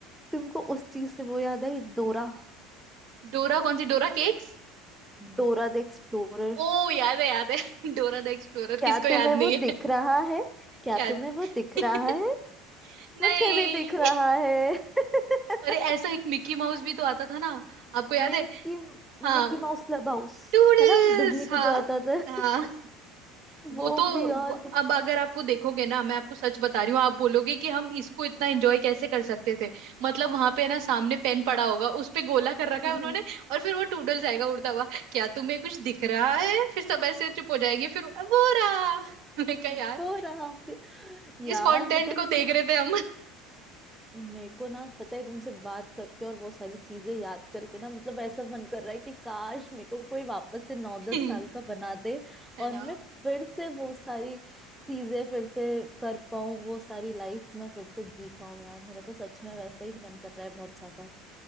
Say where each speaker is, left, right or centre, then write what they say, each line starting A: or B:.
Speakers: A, in the centre; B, on the right.
A: तुमको उस चीज से वो याद है डोरा
B: डोरा कौन सी डोरा केक्स
A: Dora the explorer
B: ओ याद है याद है <laughs> डोरा द एक्सप्लोरर
A: क्या
B: किसको
A: तुम्हें
B: याद
A: वो
B: नहीं
A: दिख
B: है <laughs>
A: रहा है क्या
B: क्या
A: तुम्हें वो दिख रहा
B: <laughs>
A: है
B: नहीं
A: मुझे भी दिख रहा है <laughs>
B: अरे ऐसा एक मिक्की माउस भी तो आता था ना आपको याद
A: Mickey
B: है हाँ
A: Mickey Mouse clubhouse
B: टूडल्स
A: है ना डिज्नी पे
B: हाँ
A: जो आता था
B: हाँ वो
A: वो
B: तो
A: भी और
B: वो,
A: तो
B: अब अगर आप वो देखोगे ना मैं आपको सच बता रही हूँ आप बोलोगे कि हम इसको इतना एंजॉय कैसे कर सकते थे मतलब वहां पे ना सामने पेन पड़ा होगा उस पे गोला कर रखा
A: कितना
B: है उन्होंने और फिर वो टूडल्स आएगा उड़ता हुआ क्या तुम्हें कुछ दिख रहा है फिर सब ऐसे चुप हो जाएंगे फिर वो रहा <laughs> मैं कहा
A: हो
B: यार
A: रहा आपके यार
B: इस कंटेंट
A: पता है
B: को
A: मतलब
B: देख रहे थे हम
A: मेरे को ना पता है तुमसे बात करके और बहुत सारी चीजें याद करके ना मतलब ऐसा मन कर रहा है कि काश मेरे को कोई वापस से नौ
B: <laughs>
A: दस साल का बना दे
B: है
A: और
B: ना
A: मैं फिर से वो सारी चीजें फिर से कर पाऊं वो सारी लाइफ मैं फिर से जी पाऊं यार मेरा तो सच में वैसा ही मन कर रहा है बहुत ज्यादा